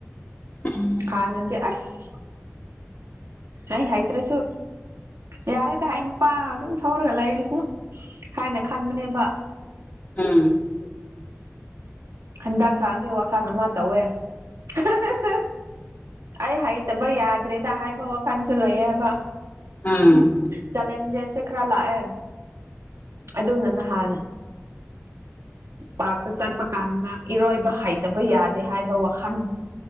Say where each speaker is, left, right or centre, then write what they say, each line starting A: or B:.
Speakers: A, on the left; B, on the right.
A: ꯎꯝ
B: ꯍꯥꯟꯅꯗꯤ ꯑꯁ ꯑꯩ ꯍꯩꯇ꯭ꯔꯁꯨ ꯌꯥꯔꯦꯗ ꯑꯩ ꯅꯨꯄꯥ ꯑꯗꯨꯝ ꯊꯧꯔꯒ ꯂꯩꯔꯁꯅꯨ ꯍꯥꯏꯅ ꯈꯟꯕꯅꯦꯕ
A: ꯎꯝ
B: ꯍꯟꯗꯛ ꯈꯔꯗꯤ ꯋꯥꯈꯜ ꯑꯃ ꯇꯧꯋꯦ ꯍꯥ ꯍꯥ ꯍꯥ ꯑꯩ ꯍꯩꯇꯕ ꯌꯥꯗ꯭ꯔꯦꯗ ꯍꯥꯏꯕ ꯋꯥꯈꯜꯁꯨ ꯂꯩꯌꯦꯕ
A: ꯎꯝ
B: ꯆꯂꯦꯟꯖꯦꯁ ꯁꯦ ꯈꯔ ꯂꯥꯛꯑꯦ ꯑꯗꯨꯅ ꯅꯍꯥꯥꯟ ꯄꯥꯛꯇ ꯆꯠꯄ ꯀꯥꯟꯗ ꯏꯔꯣꯏꯕ ꯍꯩꯇꯕ ꯌꯥꯗꯦ ꯍꯥꯏꯕ ꯋꯥꯈꯜ